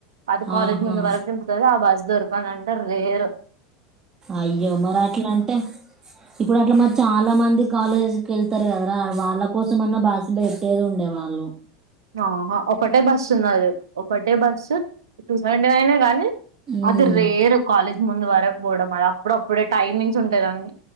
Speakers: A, on the right; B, on the right.
A: అది కాలేజ్
B: ఆహా
A: ముందు వరకు దింపుతాది ఆ బస్ దొర్కాల్నంటె రేర్.
B: అయ్యో మరట్లంటె ఇప్పుడట్ల మరి చాలా మంది కాలేజ్కెళ్తర్ గదరా. వాళ్ళ కోసమన్న బాసు బెట్టేదుండె వాళ్ళు.
A: ఆహ ఒకటే బస్సున్నది ఒకటే బస్సు టూ సెవెంటీ నైనే గానీ.
B: ఉమ్,
A: అది రేరు కాలేజ్ ముందు వరక్ బోడమ్ అదప్పుడప్పుడె. టైమింగ్సుంటాయ్ దాన్ని.